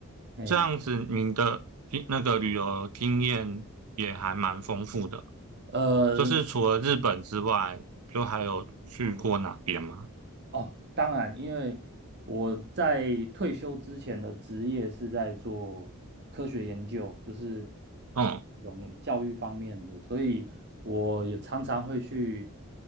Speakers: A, on the right (about 50°); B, on the right (about 85°).
A: 哎，
B: 这样子，您的经那个旅游经验也还蛮丰富的。
A: 呃，
B: 就是除了日本之外，就还有去过哪边吗？
A: 哦，当然，因为我在退休之前的职业是在做科学研究，就是
B: 嗯
A: 这种教育方面的，所以我也常常会去